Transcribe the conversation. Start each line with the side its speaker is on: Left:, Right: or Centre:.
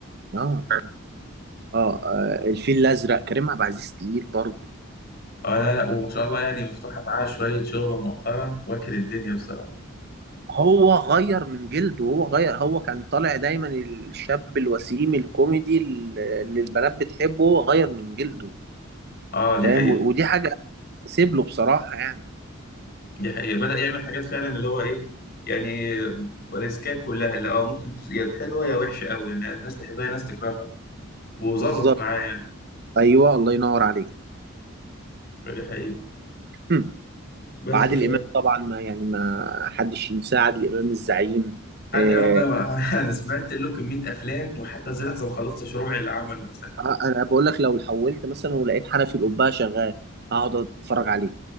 Right: اه اه آه، الفيل الازرق كريم عبد العزيز تقيل برضه
Left: اه لا لا وما شاء الله يعني مفتوحة معاه شوية شغل مؤخرا واكل الدنيا بصراحة
Right: هو غير من جلده هو غير هو كان طالع دايما الشاب الوسيم الكوميدي اللي اللي البنات بتحبه هو غير من جلده
Left: اه دي
Right: فاهم
Left: حقيقة
Right: و- ودي حاجة سيب له بصراحة يعني
Left: دي حقيقة بدأ يعمل حاجات فعلا اللي هو ايه يعني ريسكات كلها اللي اه ممكن تس- يا حلوة يا وحشة قوي يعني ناس تحبها ناس تكرهها وظبطت
Right: بالظبط
Left: معاه يعني
Right: ايوه الله ينور عليك
Left: فدي حقيقة
Right: هم.
Left: بس
Right: عادل
Left: ف
Right: امام طبعا ما يعني ما حدش ينساه عادل امام الزعيم
Left: عادل
Right: آه،
Left: إمام ده <laughs> انا سمعت له كمية افلام وحتى زي لحظة ما خلصتش ربع اللي عمله مثلا
Right: آه، انا بقول لك لو حولت مثلا ولقيت حنفي القبه شغال اقعد اتفرج عليه